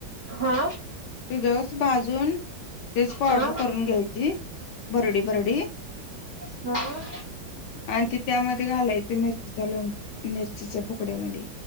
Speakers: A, on the right; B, on the left.
A: हा.
B: जवस भाजून तेच पावडर.
A: हा
B: करून घ्यायची बरडी बरडी.
A: हम.
B: आणि ते त्यामध्ये घालायचं मिरचीच्या लोण मिरचीच्या तुकड्यामध्ये.